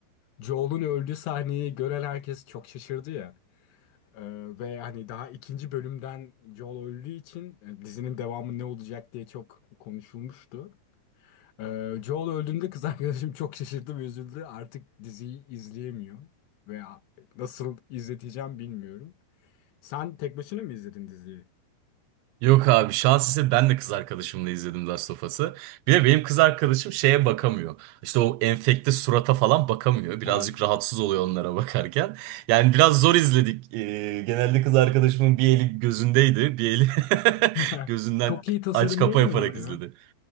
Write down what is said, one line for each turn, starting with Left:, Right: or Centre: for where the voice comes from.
Left: Joel'un öldüğü sahneyi gören herkes çok şaşırdı ya. E, ve hani daha ikinci bölümden Joel öldüğü için e, dizinin devamı ne olacak diye çok konuşulmuştu. Ee, Joel öldüğünde kız <laughs> arkadaşım çok şaşırdı ve üzüldü. Artık diziyi izleyemiyor veya nasıl izleteceğim bilmiyorum. Sen tek başına mı izledin diziyi?
Right: Yok abi şans ise ben de kız arkadaşımla izledim Last of Us'ı. Bir de benim kız arkadaşım şeye bakamıyor. İşte o enfekte surata falan bakamıyor. Birazcık
Left: Ha.
Right: rahatsız oluyor onlara bakarken. Yani biraz zor izledik. Ee, genelde kız arkadaşımın bir eli gözündeydi. Bir eli <laughs>
Left: <laughs>
Right: gözünden
Left: Çok iyi tasarım
Right: aç kapa
Left: değil
Right: yaparak
Left: mi ama
Right: izledi.
Left: ya?